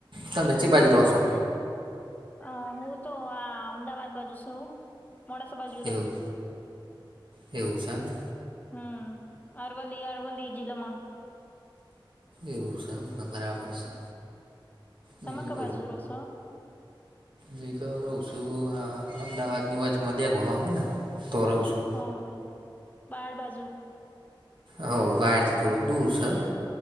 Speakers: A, on the right; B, on the left.
A: તમેચી બાજુ રહો છો.
B: અ હું તો આ અમદાવાદ બાજુ છું, મોડાસા બાજુ ર
A: એવું
B: શું
A: એવું છે ને
B: હમ્મ અરવલ્લી અરવલ્લી જિલ્લામાં
A: એવુંષમને બરાબર છે
B: તમ‌
A: બીજું
B: કય બાજુ રોસો
A: હ તો રહું છું આ અમદાવાદ ની વચમાં દ્યા ગુમાવા ને તો રહવું છું
B: હમ બાર બાજુ
A: હ બહારથી થોડું દૂર છે.